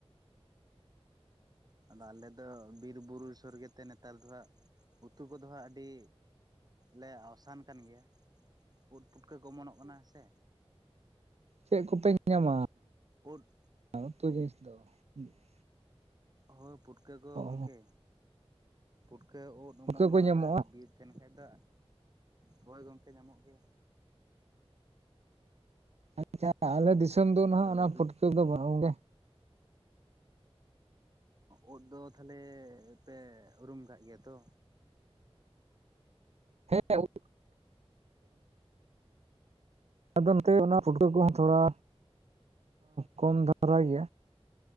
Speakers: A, on the right (about 40°); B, on the right (about 85°).
A: ᱚ ᱟᱫᱚ ᱟᱞᱮ ᱫᱚ ᱵᱤᱨ- ᱵᱩᱨᱩ ᱥᱚᱨᱜᱮᱛᱮ ᱱᱮᱛᱟᱨ ᱫᱚ ᱦᱟᱸᱜ ᱩᱛᱩ ᱠᱚᱫᱚ ᱦᱟᱸᱜ ᱟᱹᱰᱤ ᱞᱮ ᱟᱥᱟᱱ ᱠᱟᱱ ᱜᱮᱭᱟ᱾ ᱩᱫᱽ ᱯᱩᱴᱠᱟᱹ ᱠᱚ ᱚᱢᱚᱱᱚᱜ ᱠᱟᱱᱟ ᱥᱮ᱾
B: ᱪᱮᱜ ᱠᱚᱯᱮ ᱧᱟᱢᱟ
A: ᱳᱫ
B: <unintelligible>
A: ᱦᱳᱭ ᱯᱩᱴᱠᱟᱹ ᱠᱚ
B: ᱚ
A: ᱜᱚᱝᱠᱮ ᱯᱩᱴᱠᱟᱹ ᱩᱫᱽ
B: ᱯᱩᱴᱠᱟᱹ
A: ᱚᱢᱚᱱᱚᱜᱼᱟ
B: ᱠᱚ ᱧᱟᱢᱚᱜᱼᱟ
A: ᱟᱨ ᱵᱤᱨ ᱛᱟᱦᱮᱱ ᱠᱷᱟᱡ ᱫᱚ ᱦᱚᱭ ᱜᱚᱝᱠᱮ ᱧᱟᱢᱚᱜ ᱜᱮᱭᱟ᱾
B: ᱟᱪᱷᱟ ᱟᱞᱮ ᱫᱤᱥᱚᱢ ᱫᱚ ᱱᱟᱦᱟᱜ
A: ᱟᱫᱚ
B: ᱚᱱᱟ
A: ᱵᱤᱜ
B: ᱯᱩᱴᱠᱟᱹ ᱫᱚ ᱵᱟᱝ ᱜᱮ᱾
A: ᱚᱸ ᱩᱫᱽ ᱫᱚ ᱛᱷᱟᱞᱮ ᱯᱮ ᱩᱨᱩᱢ ᱠᱟᱜ ᱜᱮᱭᱟ ᱛᱚ?
B: ᱦᱮᱸ <unintelligible> ᱟᱫᱚ ᱱᱚᱛᱮ ᱚᱱᱟ ᱯᱩᱴᱠᱟᱹ ᱠᱚᱦᱚᱸ ᱛᱷᱚᱲᱟ ᱠᱚᱢ ᱫᱷᱟᱨᱟ ᱜᱮᱭᱟ᱾